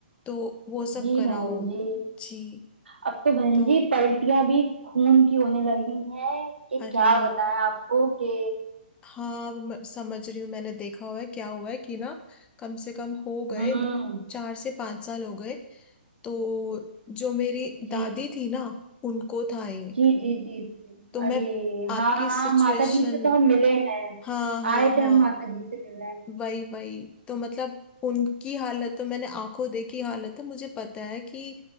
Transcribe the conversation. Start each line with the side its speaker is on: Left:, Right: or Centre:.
Left: तो वो सब
Right: जी
Left: कराओ
Right: बहन जी
Left: जी
Right: अब तो बहन
Left: तो
Right: जी पलटियां भी खून की होने लगी हैं कि
Left: अरे
Right: क्या बताएं आपको कि
Left: हाँ अब मैं समझ रही हूँ मैंने देखा हुआ है क्या हुआ है कि ना कम से कम हो गए
Right: हम्म
Left: चार से पांच साल हो गए तो जो मेरी
Right: जी
Left: दादी थी ना उनको था ये
Right: जी जी जी जी
Left: तो मैं
Right: अरे
Left: आपकी
Right: हाँ हाँ
Left: सिचुएशन
Right: माता जी से तो हम मिले हैं
Left: हाँ हाँ
Right: आए थे
Left: हाँ
Right: हम माता जी से मिलने
Left: वही वही तो मतलब उनकी हालत तो मैंने आंखों देखी हालत है मुझे पता है कि